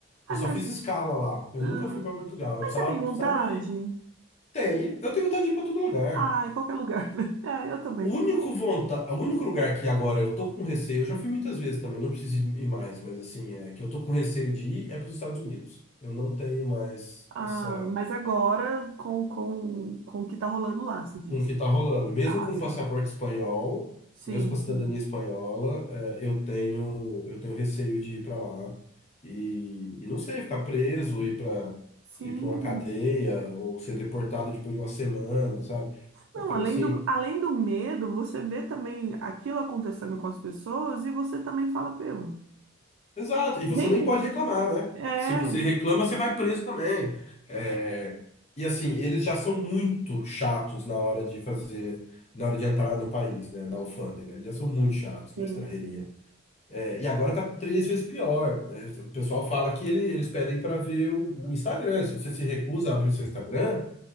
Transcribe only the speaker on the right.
Ai,
mas.
ah,
mas
você tem vontade?
Ah, em qualquer lugar, né? <laughs> É, eu também.
Ah,
mas agora com, com, com o que tá rolando lá, se diz.
Ah,
sim.
Sim,
sim.
Sim.
Não,
além
do, além do medo, você vê também aquilo acontecendo com as pessoas e você também fala, meu,
nem
é,
gente.